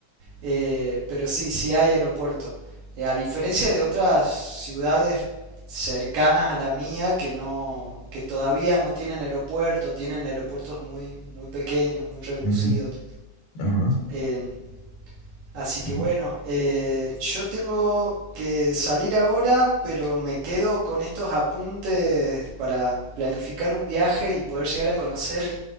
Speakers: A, on the right (about 90°); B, on the left (about 85°).
A: Eh, pero sí, sí hay aeropuerto. Eh, a diferencia de otras ciudades cercanas a la mía que no, que todavía no tienen aeropuerto, tienen aeropuertos muy, muy pequeños, muy reducidos.
B: ujú, ajá.
A: En, Así que
B: Mm.
A: bueno, eh, yo tengo que salir ahora, pero me quedo con estos apuntes para planificar un viaje y poder llegar a conocer